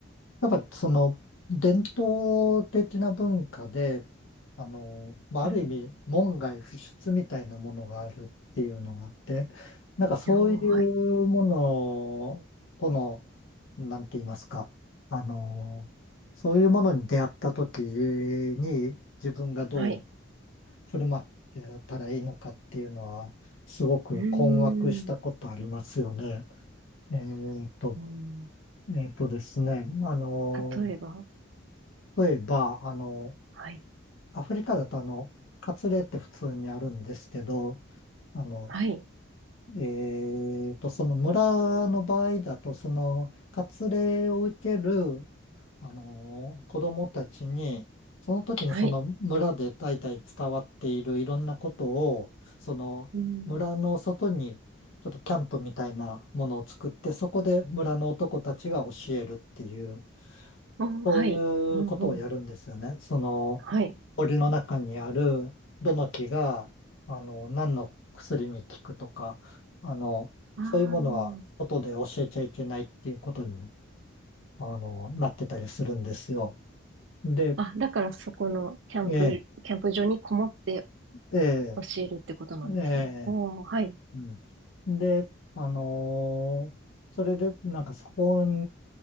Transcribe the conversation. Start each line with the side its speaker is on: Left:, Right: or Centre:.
Left: やっぱその伝統的な文化で、あの、まあ、
Right: うん、
Left: ある意味門外不出みたいなものがあるっていうのがあって、なんかそういうものとの、
Right: よー、はい、
Left: なんて言いますか、あの、そういうものに出会った時に自分がどう
Right: はい、
Left: 振る舞ってたらいいのかっていうのは、すごく困惑したことありますよね。
Right: うーん、
Left: えっと、
Right: うん、
Left: えっとですね、あの、
Right: 例えば、
Left: 例えば、あの、
Right: はい、
Left: アフリカだとあの、カツレって普通にあるんですけど、あの、
Right: はい、
Left: えーと、その村の場合だと、その、カツレを受ける、あの、子供たちに、その時にその村で代々伝わっているいろんなことを、
Right: はい、
Left: その村の外に、
Right: うん、
Left: ちょっとキャンプみたいなものを作って、そこで村の男たちが教えるっていう、
Right: おはい、
Left: そういうことをやるんですよね。
Right: うん、うん、
Left: その、
Right: はい、
Left: 森の中にある、どの木が、あの、何の薬に効くとか、あの、
Right: ああ、
Left: そういうものは、外で教えちゃいけないっていうことに、あの、なってたりするんですよ。で、
Right: あ、だからそこのキャンプ、
Left: ええ、
Right: キャンプ場にこもって
Left: ええ、
Right: 教えるってことなんですね。
Left: え
Right: おー、
Left: え、
Right: はい、
Left: うん。で、あのーそれで、なんかそこ